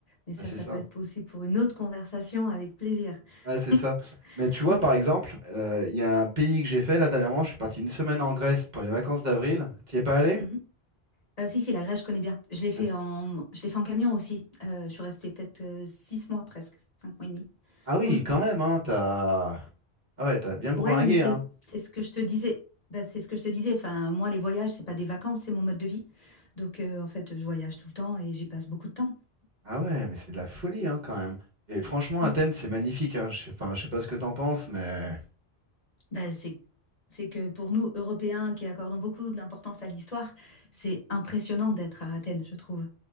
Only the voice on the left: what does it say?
Mais ça,
ça
peut être possible pour une autre conversation avec plaisir.
<laughs>
Mm,
mhm. Euh, si, si, la Grèce, je connais bien. Je l'ai fait
en, je l'ai fait en camion aussi. Euh, je suis restée peut-être euh, six mois presque, cinq mois et demi.
Mm.
Ouais, mais c'est,
c'est ce que je te disais. Bah, c'est ce que je te disais. Enfin, moi, les voyages, c'est pas des vacances, c'est mon mode de vie. Donc, euh, en fait, je voyage tout le temps et j'y passe beaucoup de temps.
Mm.
Bah, c'est, c'est que pour nous, Européens, qui accordons beaucoup d'importance à l'histoire, c'est impressionnant d'être à Athènes, je trouve.